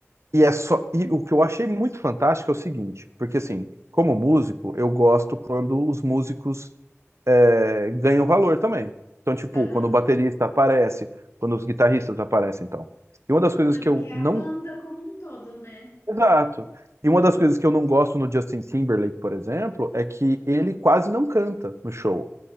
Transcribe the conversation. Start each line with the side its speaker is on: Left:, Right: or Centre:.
Right: E é só. E o que eu achei muito fantástico é o seguinte, porque assim, como músico, eu gosto quando os músicos é, ganham valor também. Então, tipo,
Left: Aham.
Right: quando o baterista aparece, quando os guitarristas aparecem, então. E uma das coisas
Left: Ah,
Right: que
Left: porque
Right: eu
Left: é
Right: não.
Left: a banda como um todo, né?
Right: Exato. E uma das coisas que eu não gosto no Justin Timberlake, por exemplo, é que ele quase não canta no show.